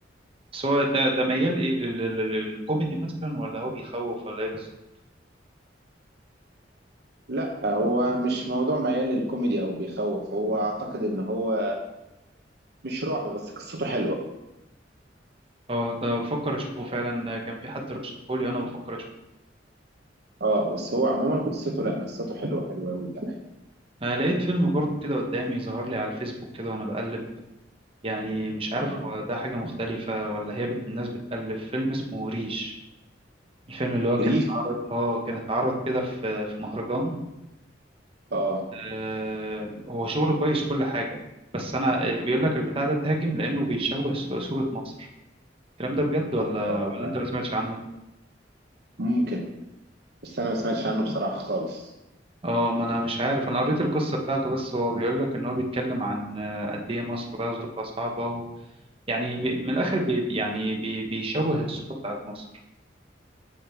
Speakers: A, on the right; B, on the right.
A: بس هو ده ده ميال إيه لل- لل- لل- للكوميدي مثلا ولا هو بيخوف ولا إيه بالظبط؟
B: لا هو مش موضوع ميال للكوميدي او بيخوف هو اعتقد ان هو مش رعب بس قصته حلوه
A: أه ده بفكر أشوفه فعلا كان في حد رشحهولي أنا بفكر
B: اه بس هو عموما قصته لا قصته حلوه حلوه قوي كمان
A: أنا لقيت فيلم برضه كده قدامي ظهر لي على الفيسبوك كده وأنا بقلب يعني مش عارف
B: اه
A: هو ده حاجة مختلفة ولا هي بت... الناس بتألف فيلم اسمه ريش الفيلم اللي هو كان
B: ريف
A: اتعرض اه كان اتعرض كده في في مهرجان
B: اه
A: آه، هو شغله كويس كل حاجة بس أنا آه، بيقول لك البتاع ده تهاجم لأنه بيشوه ص- صورة مصر الكلام ده بجد ولا
B: اه
A: ولا
B: اه
A: أنت ما سمعتش عنه؟
B: ممكن بس انا ما سمعتش عنه بصراحه خالص
A: اه ما أنا مش عارف أنا قريت القصة بتاعته بس هو بيقول لك إن هو بيتكلم عن آه، قد إيه مصر بقى ظروفها صعبة يعني بي من الآخر بي يعني بي بيشوه الصورة بتاعت مصر